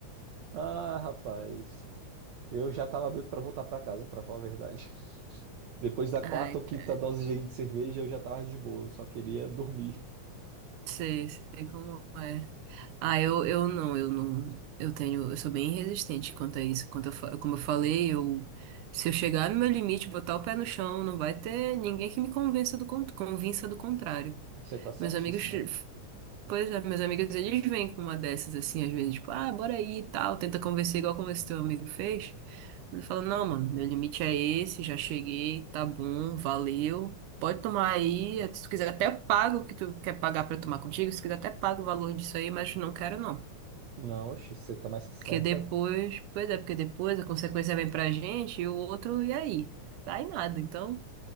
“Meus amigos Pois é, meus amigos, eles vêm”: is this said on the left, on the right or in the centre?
Right